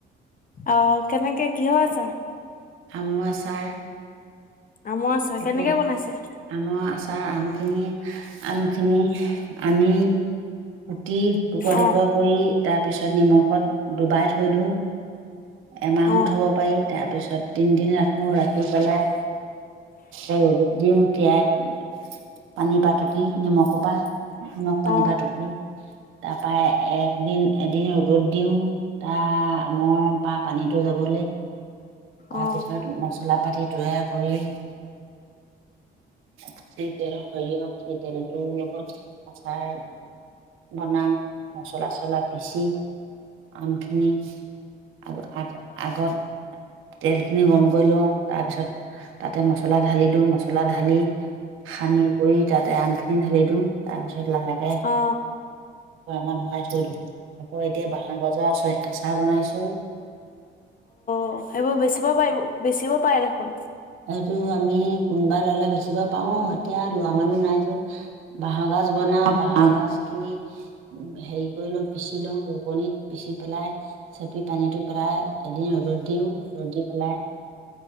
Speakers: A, on the left; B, on the right.
A: অ কেনেকে, কিহৰ আচাৰ?
B: আমৰ আচাৰ।
A: আমৰ আচৰ,
B: এতিয়া
A: কেনেকে বনাইছে?
B: আমৰ আচাৰ, আমখিনি আমখিনি আনি কুটি টুকুৰা টুকুৰা
A: অ
B: কৰি তাৰপিছত নিমখত ডুবাই থৈ দিওঁ। এমাহো
A: অ
B: থব পাৰি তাৰপিছত তিনিদিন ৰাখোঁ ৰাখি পেলাই এ ৰদত দিওঁ তেতিয়া পানী পা টুপি নিমখ পা। নিমখ পানী
A: অ
B: পা টুকো তাপা এদিন এদিন ৰ'দত দিওঁ। তা আমৰ পা পানীতো যাবলেই তাৰপিছত
A: অ
B: মচলা পাতি তৈয়াৰ কৰি খাতি তেল সৰিয়হ সেই তেলটোৰ লগত আচাৰ বনাওঁ মচলা-চচলা পিচি আমখিনি আগত আগ আগত তেলখিনি গৰম কৰি লওঁ তাৰ পিছত তাতে মচলা ঢালি দিওঁ, মচলা ঢালি সানি কৰি তাতে আমখিনি ঢালি দিওঁ তাৰপিছত লাহেকে
A: অ
B: আক অকমান ভৰাই থৈ দিওঁ। আকৌ এতিয়া বাঁহৰ গাজৰ আ আচাৰ বনাইছোঁ।
A: <unintelligible> সেইবোৰ বেচিব পাৰিব, বেচিব পাৰে দেখোন?
B: এইটো আমি কোনোবা ল'লে বেচিব পাৰোঁ এতিয়া লোৱা মানুহ নাই যে। বাঁহৰ গাজ বনাওঁ। বাঁহৰ গাজখিনি হেৰি কৰি লওঁ পিচি লওঁ ৰোকনিত পিচি পেলাই চেপি পানীটো পেলাই এদিন ৰ'দত দিওঁ ৰ'দত দি পেলাই